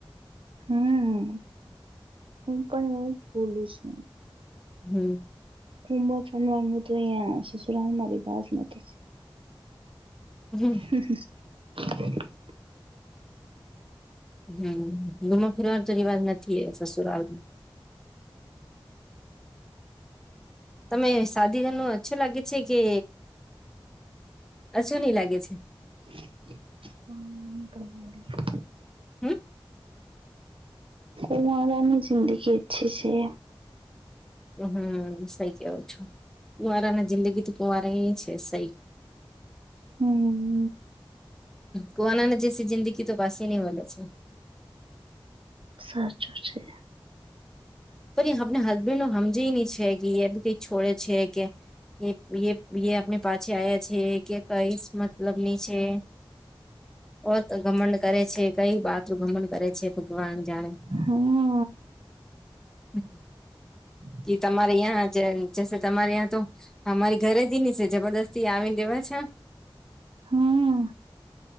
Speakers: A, on the right (about 70°); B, in the centre.
A: હમ, હું પણ એ જ બોલું છું.
B: હમ.
A: કું ફડવા તો, અહીં શશુરામ મારી વાત નથી.
B: હમ.
A: હ.
B: હમ, ઘુમવા ફિરવાનો તો રિવાજ નથી, એ સસુરા. તમે સાદી ન અછો લાગે છે કે? અછો નહી લાગે છે?
A: પ <unintelligible>
B: હમ.
A: કુવારાની જિંદગી અચ્છી છે.
B: હમ, સહી કેવું છો, કુંવારાને જિંદગી થી કુંવારા એ છે, સહી.
A: હમ.
B: કુવાના જે જિંદગી તો પાસે નહીં મળે છે.
A: સાચું છે.
B: પણ આપને હસબેન્ડ નો સમજે નહીં છે કે, બી કઈક છોડે છે કે. એ આપને પાછી આવ્યા છે કે, કઈ મતલબની છે, ઓત ગમડ કરે છે, કંઈ બાત્રું ભમણ કરે છે, ભગવાન જાણે.
A: હમ.
B: હમ.
A: હમ.
B: કે તમારે યાં તમારે ત્યાં તો અમારી ઘરે જ છે, જબરદસ્તી આવી. કેવા છે?
A: હમ,